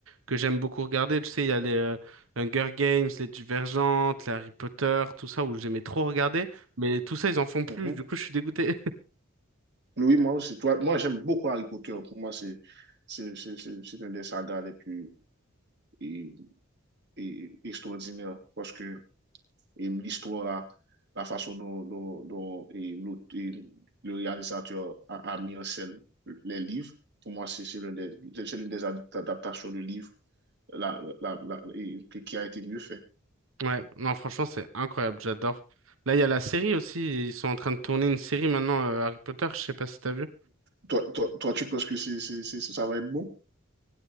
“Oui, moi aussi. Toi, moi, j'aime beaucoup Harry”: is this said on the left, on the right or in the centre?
Right